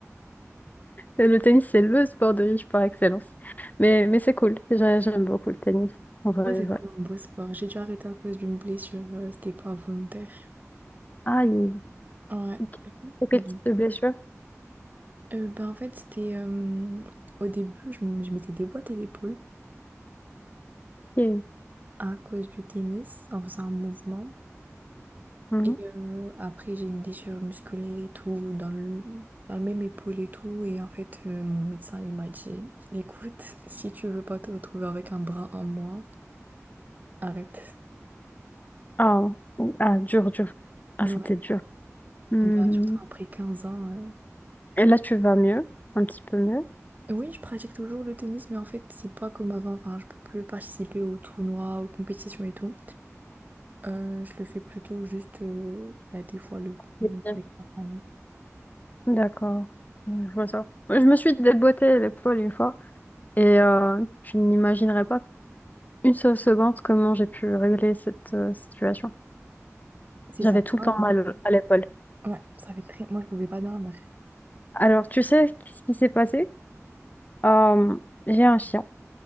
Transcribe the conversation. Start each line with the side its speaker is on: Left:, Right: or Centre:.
Left: Et Le tennis, c'est le sport de riche par excellence. Mais, mais c'est cool. Déjà, j'aime beaucoup le tennis. En vrai,
Right: Ouais,
Left: de
Right: c'est vraiment
Left: vrai.
Right: un beau sport. J'ai dû arrêter à cause d'une blessure. euh, c'était pas volontaire.
Left: Ah, il-
Right: Ouais.
Left: il- quel
Right: Mhm.
Left: type de blessure?
Right: Euh, ben, en fait, c'était euh, au début, je, m- je m'étais déboîté l'épaule
Left: Ok.
Right: à cause du tennis en faisant un mouvement.
Left: Mhm.
Right: Et euh, après, j'ai eu une déchirure musculaire et tout, dans le, dans le même épaule et tout. Et en fait, euh, mon médecin, il m'a dit, écoute, si tu veux pas te retrouver avec un bras en moins, arrête.
Left: Ah, oui. ah, dur, dur. Ah,
Right: Ouais,
Left: c'était dur. Mhm.
Right: bah, surtout après 15 ans. euh.
Left: Et là, tu vas mieux, un petit peu mieux.
Right: Oui, je pratique toujours le tennis, mais en fait, c'est pas comme avant. Enfin, je peux plus participer aux tournois, aux compétitions et tout. Euh, je le fais plutôt juste euh, bah, des fois le week-end
Left: C'est bien.
Right: avec ma famille.
Left: D'accord, Ouais, je vois ça. Ouais, Je me suis déboîtée l'épaule une fois et euh, tu n'imaginerais pas une seule seconde comment j'ai pu régler cette euh, situation.
Right: C'est
Left: J'avais
Right: ça fait
Left: tout
Right: mal,
Left: le temps
Right: hein.
Left: mal à l'épaule.
Right: Ouais, ça fait très... Moi, je pouvais pas dormir.
Left: Alors, tu sais ce qui s'est passé? Euh, j'ai un chien.